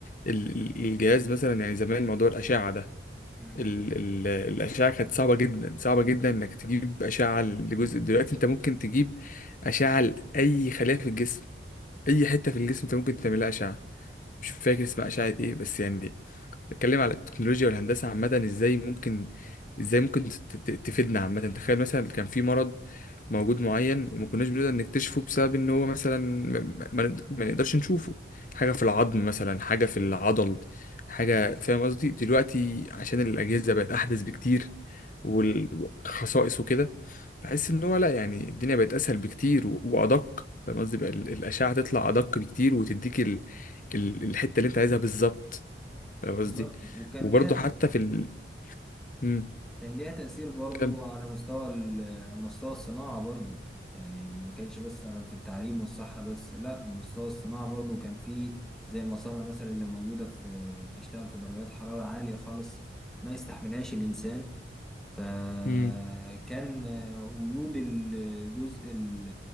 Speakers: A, on the left; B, in the centre.
A: ال- ال- الجهاز مثلا يعني زمان موضوع الأشعة ده
B: مم.
A: ال... ال... الأشعة كانت صعبة جدا صعبة جدا إنك تجيب أشعة لجزء دلوقتي أنت ممكن تجيب أشعة لأي خلية في الجسم أي حتة في الجسم أنت ممكن تعملها أشعة مش فاكر اسمها أشعة إيه بس يعني بتكلم على التكنولوجيا والهندسة عامة ازاي ممكن ازاي ممكن ت- ت- تفيدنا عامة تخيل مثلا كان في مرض موجود معين وما كناش بنقدر نكتشفه بسبب ان هو مثلا ما, ما ما نقدرش نشوفه حاجة في العظم مثلا حاجة في العضل حاجة
B: مم.
A: فاهم قصدي دلوقتي عشان الأجهزة بقت أحدث بكتير والخصائص وكده بحس
B: مم.
A: ان هو لا يعني الدنيا بقت أسهل بكتير و- وأدق فاهم قصدي بقى ال- الأشعة تطلع أدق بكتير وتديك ال... ال- الحتة اللي انت عايزها بالظبط
B: مم.
A: فاهم قصدي
B: بالظبط وكان
A: وبرضه
B: ليها
A: حتى في ال... مم.
B: كان ليها تأثير برضو
A: كم
B: على مستوى ال- مستوى الصناعة برضو يعني ما كانش بس أنا في التعليم والصحة بس لا مستوى الصناعة برضو كان فيه زي المصانع مثلا اللي موجودة في بتشتغل في درجات حرارة عالية خالص ما يستحملهاش الإنسان فكان
A: مم.
B: وجود الجزء ال-